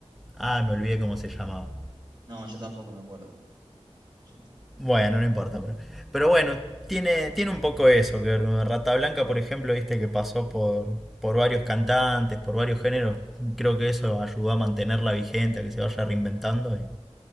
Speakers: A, in the centre; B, on the right.
A: ah, me olvidé cómo se llamaba.
B: No, yo tampoco me acuerdo. Yo-
A: Bueno, no importa. Pero, pero bueno, tiene, tiene un poco eso que ver con Rata Blanca, por ejemplo, viste que pasó por, por varios cantantes, por varios géneros. Creo que eso ayudó a mantenerla vigente, a que se vaya reinventando.